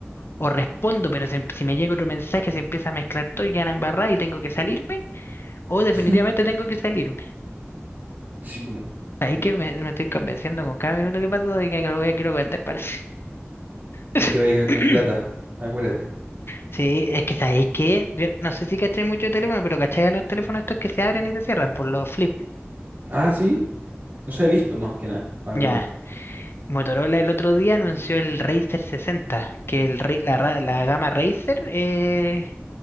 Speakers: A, on the left; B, on the right.
A: O respondo, pero se- si me llega otro mensaje se empieza a mezclar todo y queda embarrada y tengo que salirme. O definitivamente
B: <laughs>
A: tengo que salirme.
B: Sí, po.
A: Ahí
B: No.
A: que me, me estoy convenciendo con cada minuto que pasa de que lo voy a quiero vender, parece.
B: Y
A: <coughs>
B: te voy a quedar con plata. Acuérdate.
A: Sí, es que sabéis que, no sé si cacháis mucho de teléfono, pero cacháis a los teléfonos estos que se abren y se cierran por los flip.
B: Ah, sí. No sé, he visto más que nada algunas.
A: Ya, Motorola el otro día anunció el Razer 60, que el, Ra- la, ra- la gama Razer eh,